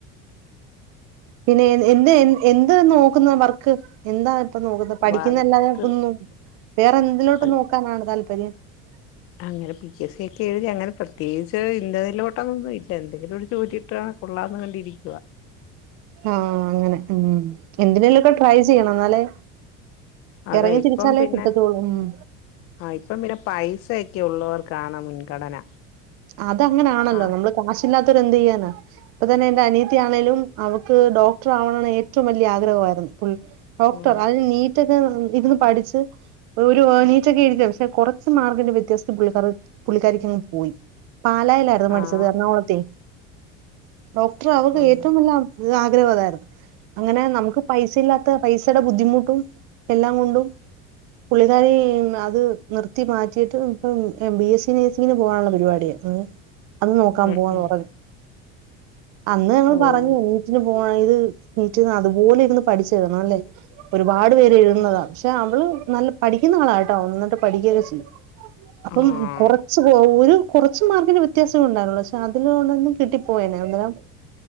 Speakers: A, on the right; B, on the left.
A: പിന്നെ എന്ത് എന്ത് നോക്കുന്നു വർക്ക് എന്താ ഇപ്പ നോക്കുന്നെ. പഠിക്കുന്ന
B: വറുത്ത്
A: ല്ലാതെ ഒന്നും വേറെ എന്തിലോട്ട്
B: അൽ
A: നോക്കാനാണ് താല്പര്യം <unintelligible>
B: അങ്ങനെ പി എസ് സി ഒക്കെ എഴുതി അങ്ങനെ പ്രത്യേകിച്ച് ഇന്നെതിലോട്ടന്നൊന്നും ഇല്ല എന്തെങ്കിലും ഒരുജോലിട്ട കൊള്ളാന്ന് കണ്ടിരിക്കുവ
A: ആ.. അങ്ങനെ എന്തിനേലുമൊക്കെ, ട്രൈ ചെയ്യണം എന്നാലേ
B: അതെയിപ്പം
A: എറങ്ങി തിരിച്ചാലേ
B: പിന്നെ
A: കിട്ടത്തുള്ളൂ ഉം
B: ആ.. ഇപ്പം പിന്നെ പൈസയൊക്കെയുള്ളവർക്ക് കാണ മുൻഗണന
A: അതങ്ങനാണല്ലോ
B: ആഹ്
A: നമ്മളുകാശില്ലാത്തോ രെന്തെയ്യാന, ഇപ്പ തന്നെയെന്റെ അനിയത്തിയാണേലും അവക്ക് ഡോക്ടറാകണമെന്ന് ഏറ്റവും വലിയ ആഗ്രഹമായിരുന്നു ഡോക്ടർ
B: ഉം
A: അതിനു നീ നീറ്റൊക്കെയിരുന്ന് പഠിച്ച് ഒരു, നീറ്റൊക്കെയെഴുതിയതാ, പക്ഷേ കൊറച്ച് മാർക്കിന്റെവ്യത്യാസം പുള്ളിക്കാരിക്ക് പുള്ളിക്കാരിക്കങ്ങ് പോയി. പാലായിലായിരുന്നു പഠിച്ചത്.
B: ആഹ്
A: എറണാകുളത്തെ, ഡോക്ടറ അവൾക്ക്
B: ഉം
A: ഏറ്റവുംവലിയആ ഇതാഗ്രഹം അതായിരുന്നു അങ്ങനെ നമുക്കുപൈസായില്ലാത്ത, പൈസയുടെ ബുദ്ധിമുട്ടും, എല്ലാം കൊണ്ടും, പുള്ളിക്കാരിയതുനിർത്തി മാറ്റിയിട്ട് ഇപ്പംബി. എസ്. സി നേസിംങ്ങിന് പോകാനുള്ള പരിപാടി അതുനോക്കാൻ
B: ഉം
A: പോവാന്ന്
B: ഉം
A: പറഞ്ഞു. അന്നുഞങ്ങളുപറഞ്ഞു,
B: ഓഹ്
A: നീറ്റിന് പോ പോണെങ്കിൽ, നീറ്റിനതുപോലെയിരുന്ന് പഠിച്ചെഴുതണവല്ലേ. ഒരുപാട് പേര് എഴുതുന്നതാ, പക്ഷേ യവള് നല്ലപഠിക്കുന്ന ആളാകേട്ടോ, നന്നാ യിട്ടുപഠിക്കുകയൊക്കെ ചെയ്യും. അപ്പം
B: ആഹ്
A: കൊറച്ച് പോ.. ഒരു.. കൊറച്ചുമാർക്കിന് വ്യത്യാസം ഉണ്ടായിരുന്നുള്ളൂ. പക്ഷേ അതിലൂടൊന്ന് കിട്ടിപ്പോയേനെ അന്നേരം